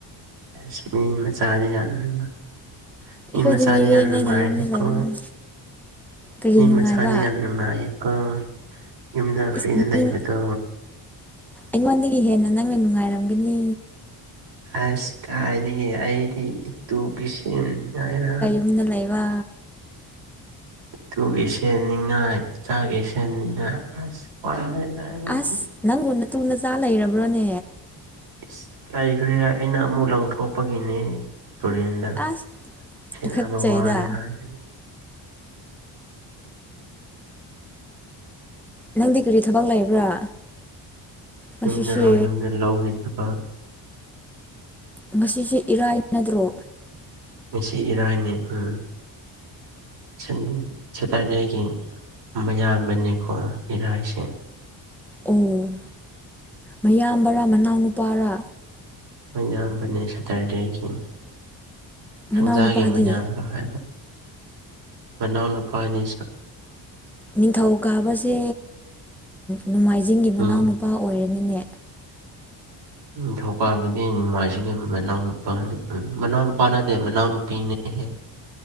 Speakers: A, on the right; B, in the centre.
A: ꯁꯤꯅꯤ ꯃꯆꯥꯗꯤ ꯌꯥꯝ ꯂꯩꯕ ꯃꯤ
B: ꯑꯩꯈꯣꯏꯗꯤ
A: ꯃꯆꯥꯥꯗꯤ
B: ꯃꯤꯔꯦꯝꯅꯤꯅ
A: ꯌꯥꯝ ꯅꯨꯡꯔꯅꯤꯀꯣ
B: ꯌꯨꯝꯗ ꯂꯩꯕꯅꯤ ꯀꯔꯤ
A: ꯑꯩ
B: ꯅꯨꯡꯉꯥꯏꯕ
A: ꯃꯆꯥꯗꯤ ꯌꯥꯝ ꯅꯨꯡꯉꯥꯏꯌꯦꯀꯣ ꯌꯨꯝꯗ
B: ꯏꯁ
A: ꯐ꯭ꯔꯤꯗ
B: ꯃꯤ
A: ꯂꯩꯕꯗꯣ
B: ꯑꯩꯉꯣꯟꯗꯒꯤ ꯍꯦꯟꯅ ꯅꯪꯅ ꯅꯨꯡꯉꯥꯏꯔꯝꯒꯅꯤ꯫
A: ꯑꯁ ꯀꯥꯏꯗꯒꯤ ꯑꯩꯗꯤ ꯏꯇꯨꯕꯤꯁꯦꯟ ꯉꯥꯏꯔ
B: ꯌꯅ ꯂꯩꯕ
A: ꯏꯇꯨꯒꯤ ꯁꯦꯅꯤꯡꯉꯥꯏ ꯏꯆꯥꯒꯤ ꯁꯦꯅꯤꯡꯉꯥꯏ ꯑꯁ ꯄꯗ ꯍꯥꯏꯗꯤ
B: ꯑꯁ ꯅꯪꯕꯨ ꯅꯇꯨ ꯅꯆꯥ ꯂꯩꯔꯕ꯭ꯔꯣꯅꯦ
A: ꯏꯁ ꯂꯩꯈ꯭ꯔꯦ ꯑꯩꯅ ꯑꯃꯨꯛ ꯂꯪꯊꯣꯛꯄꯒꯤꯅꯦ ꯇꯨꯔꯦꯟ ꯗ
B: ꯑꯁ
A: ꯁꯤꯅꯕꯔꯦ
B: ꯇꯨꯈꯠꯆꯩꯗ
A: ꯍꯥꯏꯔꯦ
B: ꯅꯪꯗꯤ ꯀꯔꯤ ꯊꯕꯛ ꯂꯩꯕ꯭ꯔꯥ ꯉꯁꯤꯁꯦ
A: ꯌꯨꯝꯔꯣ ꯌꯨꯝꯗ ꯂꯧꯒꯤ ꯊꯕꯛ
B: ꯉꯁꯤꯁꯦ ꯏꯔꯥꯏꯅꯗꯇꯔꯣ
A: ꯉꯁꯤ ꯏꯔꯥꯏꯅꯦ ꯎꯝ ꯁꯟꯗꯦ ꯁꯦꯇꯔꯗꯦꯒꯤ ꯃꯌꯥꯝꯕꯅꯦꯀꯣ ꯏꯔꯥꯏꯁꯦ꯫
B: ꯑꯣ ꯃꯌꯥꯝꯕꯔꯥ ꯃꯅꯥꯎꯅꯨꯄꯥꯔꯥ
A: ꯃꯌꯥꯝꯕꯅꯦ ꯁꯇꯔꯗꯦꯒꯤ ꯊꯥꯡꯖꯥꯒꯤ
B: ꯃꯅꯥꯎꯅꯨꯄꯥꯗꯤ
A: ꯃꯌꯥꯝꯕ ꯍꯥꯏꯕ ꯃꯅꯥꯎ ꯅꯨꯄꯥ ꯑꯅꯤ ꯁꯥ
B: ꯅꯤꯡꯊꯧ ꯀꯥꯕꯁꯦ ꯅꯣꯡꯃꯥꯏꯖꯤꯡꯒꯤ
A: ꯎꯝ
B: ꯃꯅꯥꯎꯅꯨꯄꯥ ꯑꯣꯏꯔꯅꯤꯅꯦ
A: ꯅꯤꯡꯊꯧꯀꯥꯕꯅꯦ ꯅꯣꯡꯃꯥꯏꯖꯤꯡꯒꯤ ꯃꯅꯥꯎꯅꯨꯄꯥꯅꯤ ꯎꯝ ꯃꯅꯥꯎ ꯅꯨꯄꯥ ꯅꯠꯇꯦ ꯃꯅꯥꯎꯅꯨꯄꯤꯅꯦ ꯍꯦ꯫